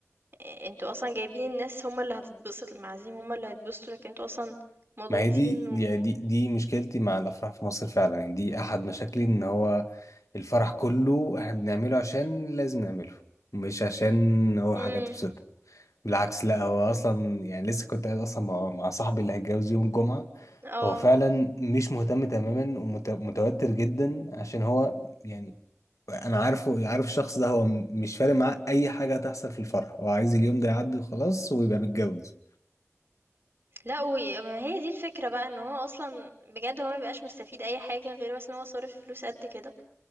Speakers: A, on the right; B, on the left.
A: انتوا اصلا جايبين الناس هما اللي هتتبسط المعازيم هما اللي هيتبسطوا لكن انتوا اصلا مضغوطين
B: ما هي دي
A: و
B: دي دي, دي مشكلتي مع الافراح في مصر فعلا يعني دي احد مشاكلي ان هو الفرح كله احنا بنعمله عشان لازم نعمله مش عشان هو
A: امم
B: حاجه تبسطنا بالعكس لا هو اصلا يعني لسه كنت قاعد اصلا مع, مع صاحبي اللي هيتجوز يوم الجمعه
A: اه
B: هو فعلا مش مهتم تماما ومتوتر جدا عشان هو يعني انا عارفه عارف الشخص ده هو م- مش فارق معاه اي حاجه هتحصل في الفرح هو عايز اليوم ده يعدي وخلاص ويبقى متجوز
A: لا وي- ما هي دي الفكرة بقى ان هو اصلا بجد هو ما بيبقاش مستفيد اي حاجة غير بس ان هو صارف فلوس قد كده